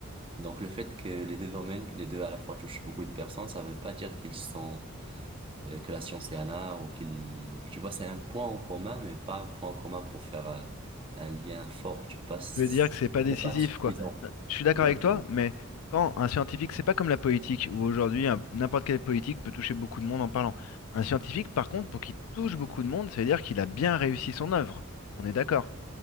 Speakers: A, on the right; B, on the left.
A: Donc, le fait que les deux domaines, les deux à la fois touchent beaucoup de personnes, ça veut pas dire qu'ils sont, euh, que la science est un art ou qu'ils, tu vois, c'est un point en commun, mais pas un point en commun pour faire un, un lien fort. Tu passes,
B: Je veux dire que c'est pas décisif,
A: c'est pas suffisant.
B: quoi. Non, Je suis d'accord
A: Exactement.
B: avec toi, mais quand un scientifique, c'est pas comme la politique, où aujourd'hui un- n'importe quel politique peut toucher beaucoup de monde en parlant. Un scientifique, par contre, pour qu'il touche beaucoup de monde, ça veut dire qu'il a bien réussi son œuvre. On est d'accord.